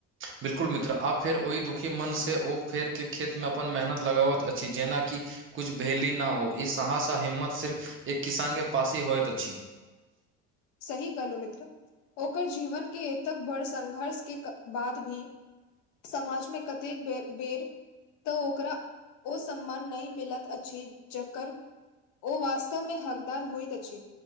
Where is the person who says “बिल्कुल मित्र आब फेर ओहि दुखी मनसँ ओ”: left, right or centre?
Right